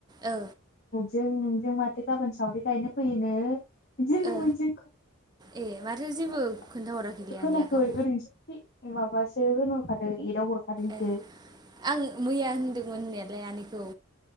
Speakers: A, on the right (about 20°); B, on the left (about 45°).
A: ओ
B: जों नोंजों माथो गाबोन सावरि गायनो फैयोनो इदि होनदोंमोन
A: ओ
B: जोंखौ
A: ए माथो जेबो खोन्थाहराखैलै
B: होनाखै
A: आनैया गाव
B: ओरैनोसो थि माबासो होनहरखादों एदाव हरखादोंसो
A: ए आं मैया होनदोंमोन होननायालाय आनैखौ